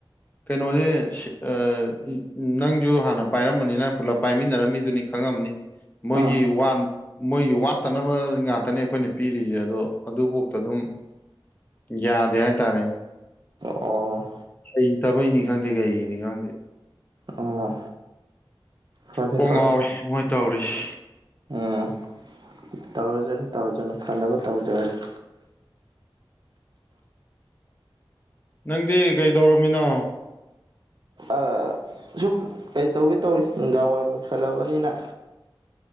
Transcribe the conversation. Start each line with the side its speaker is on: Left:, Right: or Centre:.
Left: ꯀꯩꯅꯣꯁꯦ ꯁꯦ ꯑ ꯅꯪꯁꯨ ꯍꯥꯟꯅ ꯄꯥꯏꯔꯝꯕꯅꯤꯅ ꯄꯨꯂꯞ ꯄꯥꯏꯃꯤꯟꯅꯔꯝꯃꯤꯗꯨꯅꯤ ꯈꯪꯉꯝꯅꯤ ꯃꯣꯏꯒꯤ
Right: ꯎꯝ
Left: ꯋꯥꯟ ꯃꯣꯏꯒꯤ ꯋꯥꯠꯇꯅꯕ ꯉꯥꯛꯇꯅꯦ ꯑꯩꯈꯣꯏꯅ ꯄꯤꯔꯤꯁꯦ ꯑꯗꯣ ꯑꯗꯨꯕꯨꯛꯇꯥ ꯑꯗꯨꯝ ꯌꯥꯗꯦ ꯍꯥꯏꯇꯥꯔꯦꯅꯦ
Right: ꯑꯣ
Left: ꯍꯩꯇꯥꯕꯩꯅꯤ ꯈꯪꯗꯦ ꯀꯩꯅꯤ ꯈꯪꯗꯦ
Right: ꯑꯣ ꯐꯔꯦ
Left: ꯀꯣꯡ
Right: ꯐꯔꯦ
Left: ꯉꯥꯎꯔꯦ ꯃꯣꯏ ꯇꯧꯔꯤꯁ
Right: ꯎꯝ ꯇꯧꯔꯖꯅꯨ ꯇꯧꯔꯖꯅꯨ ꯐꯅꯕ ꯇꯧꯖꯔꯁ
Left: ꯅꯪꯗꯤ ꯀꯩꯗꯧꯔꯝꯃꯤꯅꯣ
Right: ꯑꯥ ꯁꯨꯝ ꯀꯩꯇꯧꯒꯦ ꯇꯧꯔꯤ ꯅꯨꯡꯗꯥꯡ ꯋꯥꯏꯔꯝ ꯌꯧꯁꯜꯂꯕꯅꯤꯅ